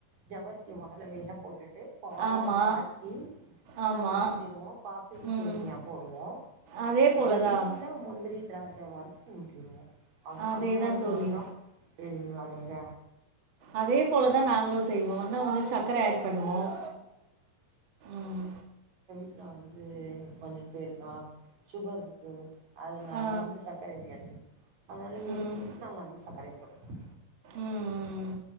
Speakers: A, on the right; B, on the right.
A: ஜவ்வரிசியை முதல்ல வேக போட்டுட்டு பாலை
B: ஆமா
A: காய்ச்சி
B: ஆமா.
A: அதில ஊத்திருவோம் பாப்பின்
B: ம்.
A: சேமியா போடுவோம்
B: அதே போல
A: நெய்ல
B: தான்.
A: முந்திரி திராட்சி இத வரத்து ஊட்டிடுவோம் ஆ
B: அதே
A: அந்த மாரி
B: தான் தோழி.
A: மரதான் செய்வீங்கள நீங்க
B: அதே போலதான் நாங்களும் செய்வோம் ஆன்னா ஒண்ணும் சர்க்கரை ஆட் பண்ணுவோம் ம்.
A: வீல வந்து கொஞ்சம் போய இருக்கலாம் சுகர் இருக்கு அதனால
B: ஆ.
A: வந்து சர்க்கரை வியாதீ அதனால
B: ம்.
A: எடுத்துட்டு நாங்க வந்து சர்க்கரை போட்டுக்கோம்
B: ம்.